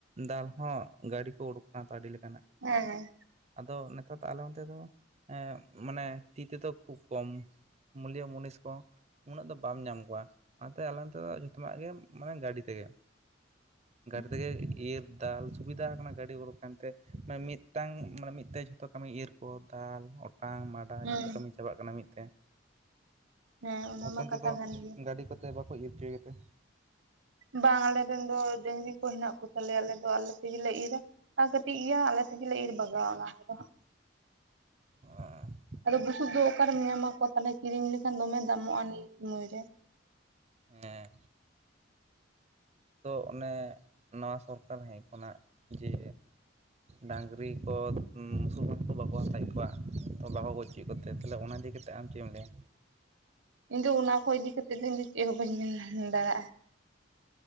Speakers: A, on the right; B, on the right.
A: ᱫᱟᱞ ᱦᱚᱸ ᱜᱟᱹᱰᱤ ᱠᱚ ᱩᱰᱩᱠ ᱠᱟᱱᱟ ᱛᱚ ᱟᱹᱰᱤ ᱞᱮᱠᱟ ᱱᱟᱜ,
B: ᱦᱮᱸᱻ
A: ᱟᱫᱚ ᱱᱮᱛᱟᱨ ᱟᱞᱮ ᱚᱱᱛᱮ ᱫᱚ ᱢᱟᱱᱮ ᱛᱤ ᱛᱮᱫᱚ ᱠᱷᱩᱵ ᱠᱚᱢᱼᱼ ᱢᱩᱞᱤᱭᱟᱹ ᱢᱩᱱᱤᱥ ᱠᱚ ᱩᱱᱟᱹᱜ ᱫᱚ ᱵᱟᱢ ᱧᱟᱢ ᱠᱚᱣᱟ ᱚᱱᱟᱛᱮ ᱟᱞᱮ ᱱᱚᱛᱮ ᱫᱚ ᱡᱚᱛᱚᱱᱟᱜ ᱜᱮ ᱢᱟᱱᱮ ᱜᱟᱹᱰᱤ ᱛᱮᱜᱮᱼᱼ
B: <inaudible>
A: ᱜᱟᱹᱰᱤ ᱛᱮᱜᱮ ᱤᱨ ᱫᱟᱞ ᱥᱩᱵᱤᱫᱷᱟ ᱟᱠᱟᱱᱟ ᱜᱟᱹᱰᱤ ᱩᱰᱩᱠ ᱟᱠᱟᱱᱛᱮ ᱢᱟᱱ ᱢᱤᱫᱴᱟᱝ, ᱢᱟᱱᱮ ᱢᱤᱫ ᱛᱮ ᱡᱷᱚᱛᱚ ᱠᱟᱹᱢᱤ ᱤᱨ ᱠᱚ ᱫᱟᱞ ᱚᱴᱟᱝ ᱢᱟᱰᱟᱝ
B: ᱦᱮᱸ
A: ᱡᱷᱚᱛᱚ ᱠᱟᱹᱢᱤᱼᱼ ᱪᱟᱵᱟᱜ ᱠᱟᱱᱟ ᱢᱤᱫ ᱛᱮ
B: ᱦᱮᱸ ᱚᱱᱟ
A: ᱦᱟᱯᱮᱱ
B: ᱢᱟ ᱠᱟᱛᱷᱟ
A: ᱛᱮᱫᱚ
B: ᱠᱟᱱ ᱜᱮᱭᱟ
A: ᱜᱟᱹᱰᱤ ᱠᱚᱛᱮ ᱵᱟᱠᱚ ᱤᱭᱟᱹ ᱚᱪᱚᱭᱛᱮ?
B: ᱵᱟᱝ ᱟᱞᱮᱨᱮᱱ ᱫᱚ ᱰᱟᱝᱨᱤ ᱠᱚ ᱦᱮᱱᱟᱜ ᱠᱚᱛᱟᱞᱮᱭᱟ ᱟᱞᱮ ᱫᱚ ᱟᱞᱮ ᱛᱮᱜᱮ ᱤᱨᱼᱟ ᱟᱨ ᱠᱟᱹᱴᱤᱡ ᱜᱮᱭᱟ ᱟᱞᱮ ᱛᱮᱜᱮᱞᱮ ᱤᱨ ᱵᱟᱜᱟᱣᱼᱟ ᱚᱱᱟ ᱠᱚᱫᱚ ᱦᱟᱸᱜ᱾
A: <unintelligible>
B: ᱟᱫᱚ ᱵᱩᱥᱩᱵ ᱫᱚ ᱚᱠᱟᱨᱮᱢ ᱧᱟᱢᱟᱠᱚᱣᱟ ᱛᱟᱦᱚᱞᱮ ᱠᱤᱨᱤᱧ ᱞᱮᱠᱷᱟᱱ ᱫᱚᱢᱮ ᱫᱟᱢᱚᱜᱼᱟ ᱱᱤᱭᱟᱹ ᱥᱚᱢᱚᱭ ᱨᱮ <inaudible>
A: ᱦᱮᱸ ᱛᱚ ᱚᱱᱮ ᱱᱟᱣᱟ ᱥᱚᱨᱠᱟᱨ ᱦᱮᱡ ᱠᱷᱚᱱᱟᱜ ᱡᱮ
B: <inaudible>
A: ᱰᱟᱹᱟᱝᱨᱤ ᱠᱚ ᱵᱩᱥᱩᱵ <unintelligible> ᱵᱟᱠᱚ ᱦᱟᱛᱟᱣᱮᱫ ᱠᱚᱣᱟ ᱛᱚ ᱵᱟᱠᱚ ᱜᱚᱡᱪᱚᱭᱮᱫ ᱠᱚᱛᱮ ᱛᱟᱦᱚᱞᱮ ᱚᱱᱟ ᱤᱫᱤ ᱠᱟᱛ ᱟᱢ ᱪᱮᱫ ᱮᱢ ᱞᱟᱹᱭᱟ?
B: ᱤᱧ ᱫᱚ ᱚᱱᱟ ᱠᱚ ᱤᱫᱤ ᱠᱟᱛᱮᱜ ᱫᱚ ᱤᱧ ᱫᱚ ᱪᱮᱫ ᱦᱚᱸ ᱵᱟᱹᱧ ᱢᱮᱱ ᱫᱟᱲᱮᱭᱟᱜᱼᱟ᱾